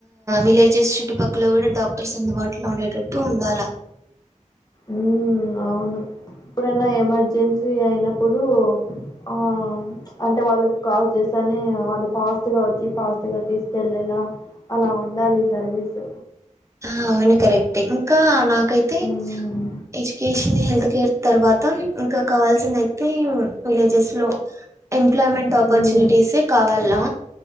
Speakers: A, on the right; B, on the left.
A: విలేజెస్ చుట్టుపక్కల కూడా డాక్టర్స్ అందుబాటులో ఉండేటట్టు ఉండాలా
B: ఉ అవును ఇప్పుడన్నా ఎమర్జెన్సీ అయినప్పుడు ఆ అంటే వాళ్ళకు కాల్ చేస్తానే వాళ్ళు ఫాస్ట్ గా వచ్చి ఫాస్ట్ గా తీసుకెళ్ళేలా అలా ఉండాలి సర్వీస్
A: హా అవును కరెక్టే ఇంకా నాకు కయితే
B: హ్మ్.
A: ఎజ్యుకేషన్ హే కేర్ తర్వాత ఇంకా కావాల్సిందయితే విలేజెస్ లో ఎంప్లాయ్మెంట్ ఆపర్చునిటీసే
B: హ్మ్.
A: కావల్నా